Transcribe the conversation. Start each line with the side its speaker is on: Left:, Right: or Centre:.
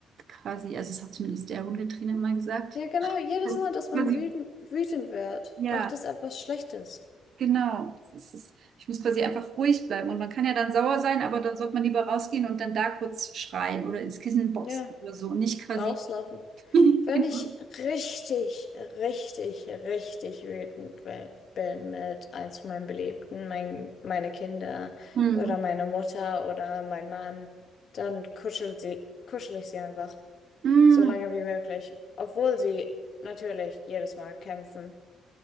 Right: quasi, also das hat zumindest der Hundetrainer mal gesagt.
Left: Ja, genau, jedes
Right: Das
Left: Mal,
Right: ist
Left: dass man
Right: quasi,
Left: wütend, wütend wird,
Right: ja,
Left: macht es etwas Schlechtes.
Right: genau. Das ist, es. ich muss quasi einfach ruhig bleiben. Und man kann ja dann sauer sein, aber dann sollte man lieber rausgehen und dann da kurz schreien oder ins Kissen boxen
Left: Ja.
Right: oder so. Und nicht quasi.
Left: Rauslaufen.
Right: <laughs>
Left: Wenn
Right: Genau.
Left: ich richtig, richtig, richtig wütend we- bin mit eins von meinen Beliebten, mein, meine Kinder
Right: Hm.
Left: oder meine Mutter oder mein Mann, dann kuschel sie, kuschel ich sie einfach
Right: Mm,
Left: so lange wie möglich, obwohl sie natürlich jedes Mal kämpfen.